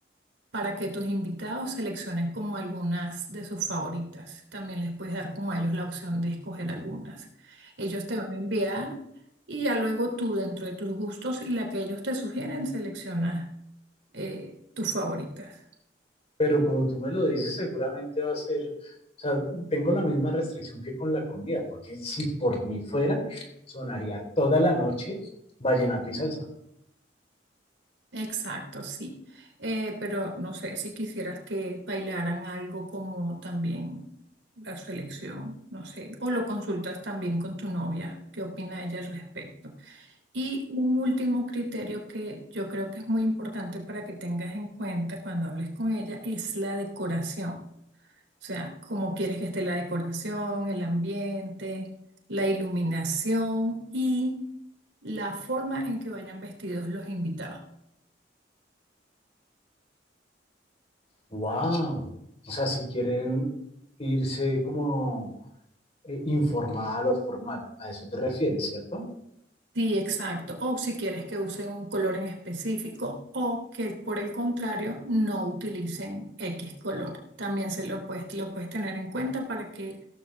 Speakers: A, on the right (about 85°); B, on the left (about 35°).
A: para que tus invitados seleccionen como algunas de sus favoritas. También les puedes dar como a ellos la opción de escoger algunas. Ellos te van a enviar y ya luego tú dentro de tus gustos y la que ellos te sugieren, selecciona eh, tus favoritas.
B: Pero como tú me lo dices, seguramente va a ser, o sea, tengo la misma restricción que con la comida, porque si por mí fuera, sonaría toda la noche vallenato y salsa.
A: Exacto, sí. Eh, pero no sé si quisieras que bailaran algo como también la su elección, no sé, o lo consultas también con tu novia, qué opina ella al respecto. Y un último criterio que yo creo que es muy importante para que tengas en cuenta cuando hables con ella es la decoración. O sea, cómo quieres que esté la decoración, el ambiente, la iluminación y la forma en que vayan vestidos los invitados.
B: ¡Wow! O sea, si quieren irse como eh, informal o formal, a eso te refieres, ¿cierto?
A: Sí, exacto. O si quieres que usen un color en específico o que por el contrario no utilicen X color. También se lo puedes, lo puedes tener en cuenta para que